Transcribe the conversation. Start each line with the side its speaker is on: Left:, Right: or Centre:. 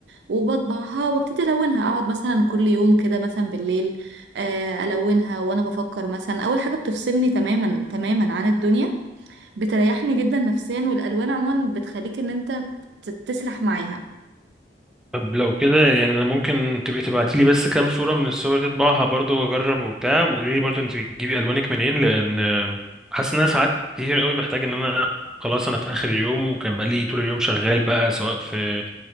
Right: وبطبعها وببتدي الونها اقعد مثلا كل يوم كده مثلا بالليل آه، الونها وانا بفكر مثلا اول حاجة بتفصلني تماما تماما عن الدنيا بتريحني جدا نفسيا والالوان عموما بتخليك ان انت تت- تسرح معاها
Centre: طب لو كده يعني انا ممكن تبقي تبعتي لي بس كام صورة من الصور دي اطبعها برضو واجرب وبتاع وقولي لي برضو انت بتجيبي الوانك منين لان آه، حاسس ان انا ساعات كتير قوي بحتاج ان انا خلاص انا في اخر اليوم وكان بقى لي طول اليوم شغال بقى سواء في